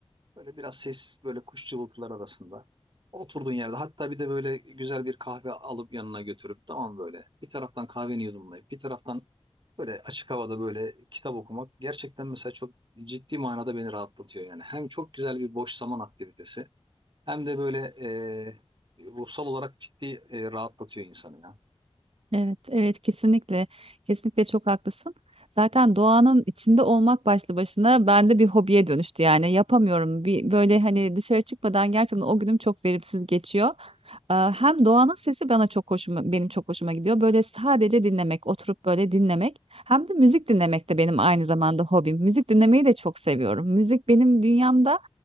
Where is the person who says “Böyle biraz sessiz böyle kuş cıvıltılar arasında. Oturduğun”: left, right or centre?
Right